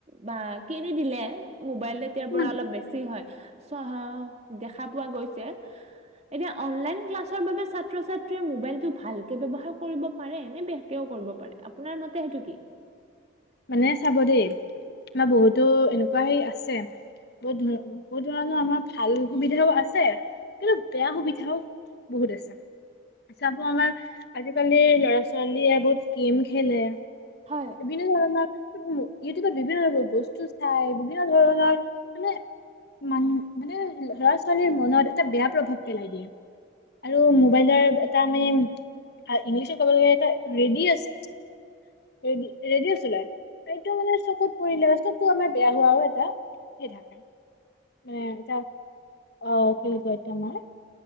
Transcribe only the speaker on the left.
উম।
মানে চাব দেই আমাৰ বহুতো এনেকুৱা সেই আছে। বহুত ধৰনৰ বহুত ধৰণৰ আমাৰ ভাল সুবিধাও আছে কিন্তু বেয়া সুবিধাও বহুত আছে। চাব আমাৰ আজিকালি ল'ৰা-ছোৱালীয়ে বহুত গেম খেলে।
বিভি ধৰণৰ ইউটিউবত বিভিন্ন ধৰনৰ বস্তু চাই বিভিন্ন ধৰণৰ মানে মান মানে লৰা-ছোৱালীৰ মনত এটা বেয়া প্ৰভাৱ পেলাই দিয়ে। আৰু মোবাইলৰ এটা মানে ইংলিছত ক'ব গ'লে এটা ৰেডিয়েছ ৰেডি ৰেডিয়েছ ওলাই এইটো মানে চকুত পৰিলে চকু আমাৰ বেয়া হোৱাও এটা সেই থাকে। মানে এটা অ', কি কয় এইটো আমাৰ